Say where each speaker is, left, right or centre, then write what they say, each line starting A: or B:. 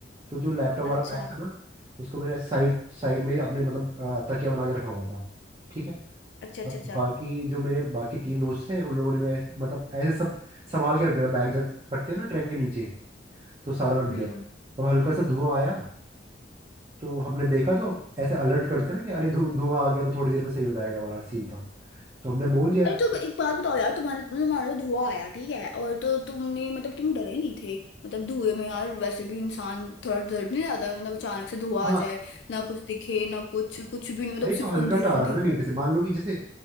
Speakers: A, on the right (about 25°); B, on the left (about 70°).
A: तो जो लैपटॉप वाला
B: अच्छा
A: बैग था ना उसको मैंने साइड साइड में अपने मतलब अ, तकिया बना के रखा हुआ था ठीक है
B: अच्छा अच्छा
A: और
B: अच्छा
A: बाकी जो मेरे बाकी तीन दोस्त थे उन लोगों ने मैं मतलब ऐसे सब संभाल के रख दिया था बैग जब रखते हैं ना ट्रेन के नीचे तो सारा रख
B: हम्म
A: दिया अब हल्का सा धुआं आया तो हमने देखा तो ऐसे अलर्ट करते हैं ना कि अरे धु धुआं आ गया तो थोड़ी देर में सही हो जाएगा वाला सीन था तो हमने बोल दिया
B: अरे तो एक बात बताओ यार तुम्हारे तुमने मान लो धुआं आया ठीक है और तो तुमने मतलब तुम डरे नहीं थे मतलब धुएं में यार वैसे भी इंसान थोड़ा डर नहीं जाता मतलब अचानक से धुआं
A: हाँ
B: आ जाए ना कुछ दिखे ना कुछ कुछ भी नहीं मतलब
A: अरे तो
B: सिर्फ
A: हल्का
B: अंधेरा
A: सा आ
B: अंधेरा
A: रहा था ना कहीं
B: हो
A: पे से मान लो कि जैसे